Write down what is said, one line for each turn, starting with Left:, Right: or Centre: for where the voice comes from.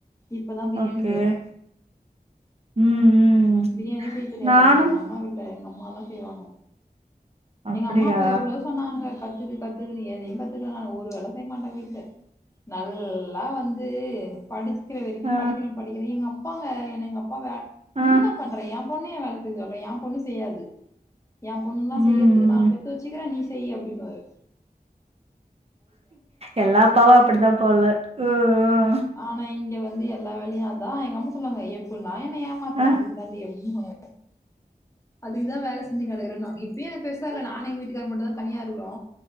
Left: இப்பதா
Right: ஓகே
Left: பிரியாணி செய்யற
Right: ம் ம்
Left: பிரியாணியே செய்ய தெரியாது
Right: நானும்
Left: எனக்கு எங்க அம்மா வீட்ல எங்க அம்மாதா செய்வாங்க
Right: அப்படியா
Left: எங்க அம்மா அப்பா எவ்ளோ சொன்னாங்க கத்துக்க கத்துக்கன்னு எதையு கத்துக்கல நானு ஒரு வேல செய்யமாட்டே வீட்ல நல்லா வந்து படி க்கிற வரைக்கு
Right: ஆ
Left: படிக்கிறே படிக்கிறே எங்க அப்பாங்க என்ன எங்க அப்பா வே நீ
Right: ஆ
Left: இன்ன பண்ற எ பொண்ண ஏ வேல செய்ய சொல்ற எ பொண்ணு செய்யாது எ பொண்லா
Right: ம்
Left: செய்யற்த்துக்கு தா நா
Right: ம்
Left: பெத்து வெச்சுக்கிற நீ செய்யி அப்டிம்பாரு
Right: எல்லா அப்பாவு அப்பிடி தா போல ம் ம்
Left: ஆனா இங்க வந்து எல்ல வேலையு அதா எங்க அம்மா சொல்வாங்க எப்பிட்லா என்ன ஏமாத் துன
Right: ஆ
Left: அதுக் தான்டி அப்டின்வாங்க அதுக் தா வேல செஞ்சின் கெடக்குறே நா இப்பயு பெருசா இல்ல நானு எங்க வீட்டுக்காரு மட்டுந்தா தனியா இருக்கறோ